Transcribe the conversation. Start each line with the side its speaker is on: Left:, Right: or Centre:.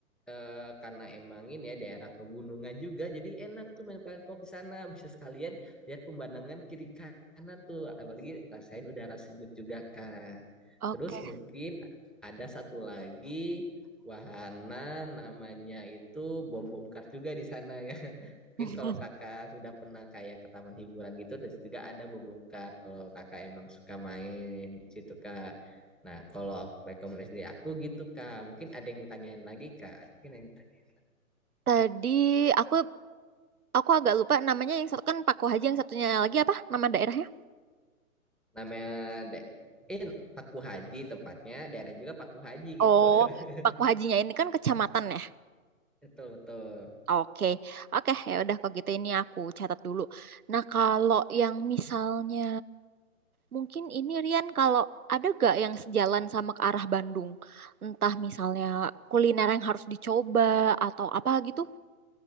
Centre: eh, karena emang ini ya daerah pegunungan juga, jadi enak tuh main paintball di sana. Bisa sekalian lihat pemandangan kiri kanan tuh, apalagi ngerasain udara sejuk juga Kak.
Right: Oke.
Centre: Terus mungkin ada satu lagi wahana namanya itu bom bom kar juga di sana <laughs> ya. Mungkin
Right: <laughs>
Centre: kalau kakak sudah pernah kayak ke taman hiburan gitu, terus juga ada bom bom kar kalau kakak emang suka main di situ Kak. Nah, kalau aku- rekomendasi dari aku gitu, Kak. Mungkin ada yang mau tanyain lagi, Kak. Mungkin ada yang tanya-
Right: Tadi aku aku agak lupa namanya yang satu kan Paku Haji yang satunya lagi apa nama daerahnya?
Centre: namanya da- eh Paku Haji tempatnya, daerah juga Paku Haji
Right: oh,
Centre: gitu. <laughs>
Right: Paku Hajinya ini kan kecamatan ya?
Centre: Betul, betul.
Right: Oke, oke ya udah kalau gitu ini aku catat dulu. Nah kalau yang misalnya mungkin ini Rian kalau ada gak yang sejalan sama ke arah Bandung, entah misalnya kuliner yang harus dicoba atau apa gitu